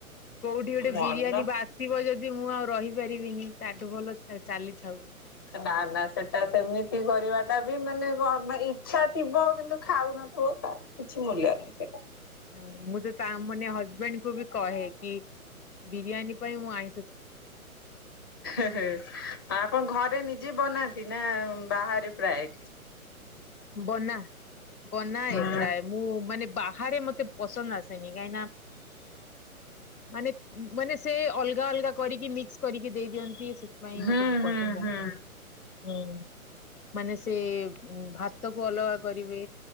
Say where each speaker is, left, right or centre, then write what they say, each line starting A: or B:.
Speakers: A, on the left (about 80°); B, on the left (about 15°).
A: କୋଉଠି ଗୋଟେ
B: ମନ
A: ବିରିୟାନୀ ବାସିବ ଯଦି ମୁଁ ଆଉ ରହିପାରିବିନି ତାଠୁ ଭଲ ଚା-ଚାଲିଥାଉ।
B: ନା ନା ସେଟା ସେମିତି କରିବା ସେଟା ବି ମାନେ ଇଛା ଥିବ କିନ୍ତୁ ଖାଉନଥିବୁ ତାର କିଛି ମୂଲ୍ୟ ନାହିଁ ସେଇଟା
A: ହଉ ମୁଁ ତ ତା ମାନେ ହଜବେଣ୍ଡ କୁ ବି କହେ କି ବିରିୟାନୀ ପାଇଁ ମୁଁ ଆଇ
B: ଆ ଆପଣ ଘରେ ନିଜେ ବନାନ୍ତି। ନ୍ତିନା ବାହାର ପ୍ରାଏ।
A: ବନା ବନାଏ
B: ହୁଁ
A: ପ୍ରାୟ ମୁଁ ମାନେ ବାହାରେ ମତେ ପସନ୍ଦ ଆସେ ଆସେନି କାଇ ନା ମାନେ ମାନେ ସେ ଅଲଗା ଅଲଗା କରିକି ମିକ୍ସ କରିକି ଦେଇଦିଅନ୍ତି। ସେଥିପାଇ
B: ହୁଁ
A: ମତେ ପସନ୍ଦ
B: ହୁଁ
A: ଆସେନି
B: ହୁଁ
A: ହୁଁ ମାନେ ସେ ଭାତ୍ ଭାତକୁ ଅଲଗା କରିବେ